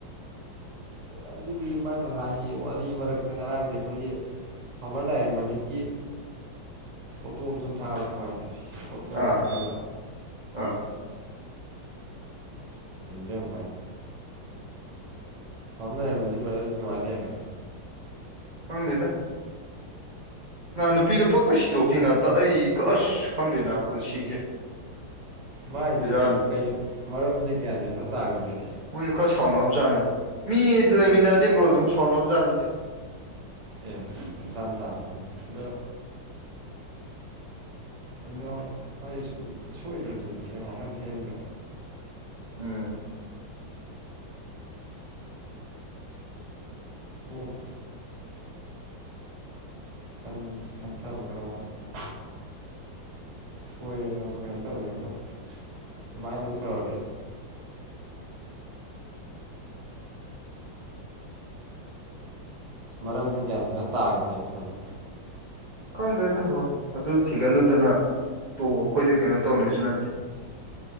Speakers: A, on the right; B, on the right.
A: ꯑꯗꯨꯒꯤ ꯃꯥꯏ ꯃꯉꯥꯜꯒꯤ ꯋꯥꯔꯤ ꯃꯔꯛꯇ ꯉꯔꯥꯡꯒꯤ ꯑꯩꯈꯣꯏꯒꯤ ꯐꯥꯔꯃꯔ ꯂꯥꯏꯔꯦꯟ ꯃꯃꯤꯠꯀꯤ ꯐꯣꯇꯣ ꯑꯃ ꯁꯨꯝ ꯊꯥꯒꯠꯂꯛꯄ ꯍꯥꯏ <inaudible> ꯐꯣꯇꯣ
B: ꯑꯥ
A: ꯔꯣ ꯚꯤꯗꯤꯌꯣ
B: ꯑꯥ
A: ꯔꯣ <inaudible> ꯐꯥꯔꯃꯔ ꯂꯥꯏꯔꯦꯟ ꯃꯃꯤꯠꯁꯦ ꯕꯗ꯭ꯔ ꯍꯧꯖꯤꯛ ꯀꯃꯥꯏ ꯂꯩꯔꯝꯒꯅꯤ
B: ꯈꯪꯗꯦꯗ ꯅ ꯅꯨꯄꯤꯗꯣ ꯄꯛꯀ ꯁꯤꯗꯣꯛꯈꯤꯅ ꯇ ꯑꯩ ꯑꯁ ꯪꯗꯦꯅ ꯄꯨꯟꯁꯤꯁꯦ
A: ꯃꯥꯏꯗꯣ
B: ꯕꯦꯔꯥꯅꯤꯀꯣ
A: ꯀꯩ ꯀꯔꯤ ꯃꯔꯝꯖꯦ ꯒ꯭ꯤꯌꯥꯟ ꯃꯦꯟ ꯈꯔꯥ ꯇꯥꯈꯤꯗ꯭ꯔꯦꯅꯦ
B: ꯃꯣꯏꯁꯨ ꯈꯔ ꯁꯥꯎꯅꯕ ꯖꯥꯠꯅꯦꯗꯣ ꯃꯤ ꯂꯩꯃꯤꯟꯅꯔꯗꯤꯕ꯭ꯔꯣ ꯑꯗꯨꯝ ꯁꯥꯎꯅꯕ ꯖꯥꯠꯅꯤꯗ
A: ꯑꯦ ꯃꯁꯥꯅ ꯇꯥꯃꯦ ꯑꯗꯣ ꯀꯩꯅꯣ ꯑꯩ ꯁꯣꯏꯗ꯭ꯔꯗꯨ ꯊꯦꯝ ꯋꯥꯀꯟ ꯊꯦꯟꯕ
B: ꯎꯝ
A: ꯀꯣꯛ <inaudible> ꯈꯟꯊꯕ ꯈꯔ ꯋꯥꯠꯄ ꯍꯥꯏ ꯀꯣꯏꯔꯦꯅꯕ ꯀꯩꯅꯣ ꯇꯧꯔꯦꯕꯨ ꯑꯗꯨꯃꯥꯏꯅ ꯂꯣꯏ ꯇꯧꯔꯗꯤ ꯃꯔꯝꯖꯦ ꯒꯤꯌꯥꯟ ꯈꯔꯥ ꯇꯥꯗ꯭ꯔꯦꯅꯤꯀꯂꯣ
B: ꯈꯪꯗ꯭ꯔꯦꯗ ꯕ꯭ꯔꯣ ꯑꯗꯨ ꯊꯤꯒꯠꯂꯨꯗꯅ ꯇ ꯑꯩꯈꯣꯏꯗ ꯀꯩꯅꯣ ꯇꯧꯅꯦꯁꯨ ꯅꯠꯇꯦ